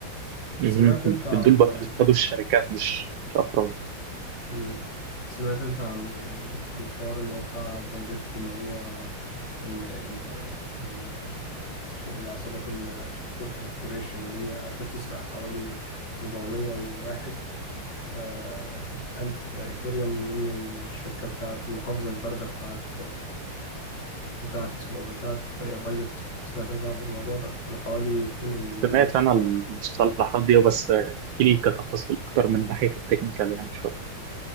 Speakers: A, on the right (about 70°); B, on the left (about 50°).
A: مهم.
B: سمعت انت عن
A: دول بقى
B: الح...
A: بيصطادوا الشركات مش مش أفراد
B: مم. سمعت انت عن الح- الحوار اللي هو بتاع بايبت اللي هو ان ال- ال- ال- الش- العصابات ال- الكو- الكورية الشمالية عرفت تسرق حوالي 401 آه، ألف إثيريوم من الشركة بتاعة المحافظة الباردة بتاعة بتاعة اسمه ده بتاعة باي- بايبت سمعت أنت عن الموضوع ده بحوالي قيمة مليار
A: سمعت
B: ونص
A: أنا
B: دولار
A: المصطلحات دي بس احكي لي كتفاصيل أكتر من ناحية التكنيكال يعني شوية